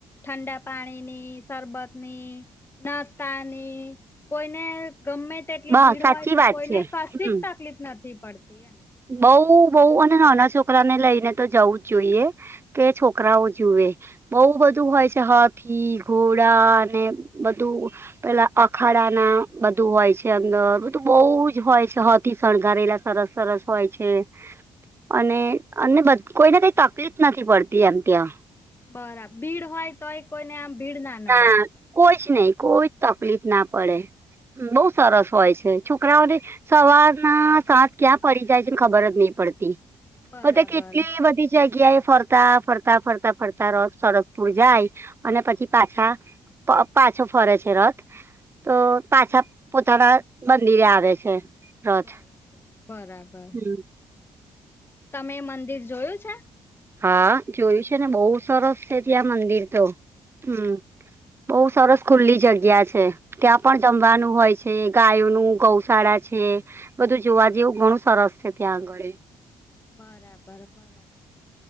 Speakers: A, on the left; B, on the right.
A: ઠંડા પાણીની, શરબત ની. નાસ્તાની કોઈને ગમે. તેટલી
B: બસ
A: ભીડ
B: સાચી
A: હોય, તો
B: વાત
A: કોઈને
B: છે
A: કશી
B: હમ
A: જ તકલીફ નથી પડતી, એમ.
B: બઉ, બઉ, અને નાના છોકરા ને લઈને તો જવું જ જોઈએ. કે છોકરાઓ જુએ. બઉ બધું હોય છે, હાથી, ઘોડા અને બધું. પેલા અખાડા ના બધું હોય છે અંદર. બધું બહુ જ હોય છે, હાથથી શણગારેલા. સરસ, સરસ. હોય છે, અને અને કોઈને કઈ તકલીફ નથી પડતી, એમ ત્યાં.
A: બરાબર ભીડ હોય, તોય કોઈને આમ ભીડ નડે
B: ના, કોઈ જ નહીં, કોઈ તકલીફ ના પડે. બઉુ સરસ હોય છે, છોકરાઓને. સવારના સાજ ક્યાં પડી જાય છેને, ખબર જ નહીં પડતી.
A: બરાબર.
B: બધા કેટલી બધી જગ્યા એ ફર ફરતા, ફરતા, ફરતા, ફરતા રસ્તા સડદપુર જાય, અને પછી પાછા, પાછો ફરે છે રથ. તો પાછા પોતાના મંદિરે આવે છે. રથ
A: બરાબર, બરાબર.
B: હમ
A: તમે મંદિર જોયું છે?
B: હા, જોયું છે ને. બહુ સરસ છે ત્યાં મંદિર તો, હમ. બહુ સરસ ખુલ્લી જગ્યા છે. ત્યાં પણ જમવાનું હોય છે. ગાયોનું ગૌશાળા છે. બધું જોવા જેવું, ઘણું સરસ છે ત્યાં આગળ.
A: બરાબર, બરાબર.